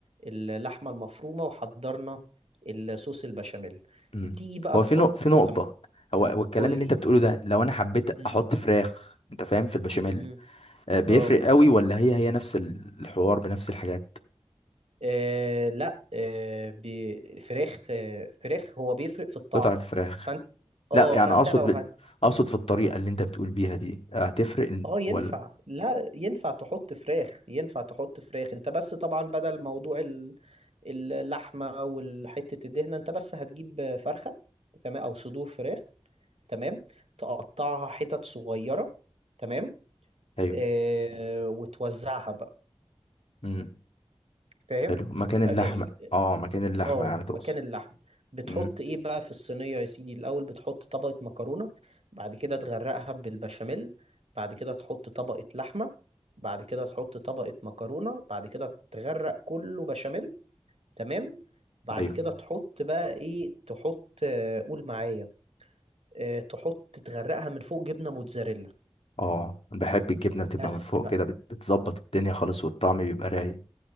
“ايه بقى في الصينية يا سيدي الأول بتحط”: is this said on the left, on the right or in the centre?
Right